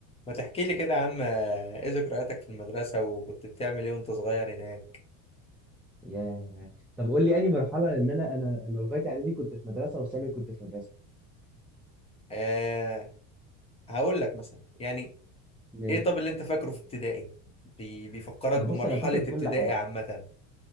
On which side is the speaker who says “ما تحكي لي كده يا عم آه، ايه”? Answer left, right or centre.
Left